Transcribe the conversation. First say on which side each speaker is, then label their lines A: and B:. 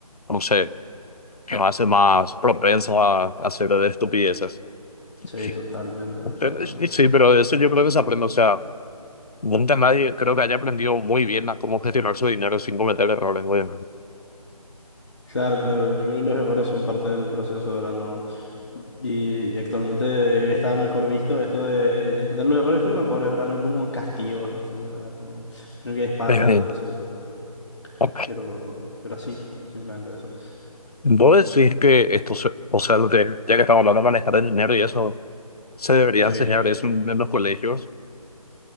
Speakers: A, on the left; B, on the left.
A: no sé, nos hace más propensos a, a hacer estupideces.
B: Sí,
A: Sí,
B: totalmente, totalmente.
A: Pero Sí, sí, pero eso yo creo que se aprende. O sea, nunca nadie creo que haya aprendido muy bien a cómo gestionar su dinero sin cometer errores. güey.
B: Claro, claro, yo creo que los errores son parte del proceso, ¿verdad? No. Y, y actualmente está mejor visto esto de entender los errores como errores, ¿verdad? No como castigos, así, ¿verdad? Como- sino que es parte
A: Eh,
B: del proceso,
A: ok.
B: pero, pero así, simplemente eso.
A: Vos decís que esto, se- o sea, de- ya que estamos hablando de manejar el dinero y eso, Se debería
B: Sí.
A: enseñar eso en en los colegios,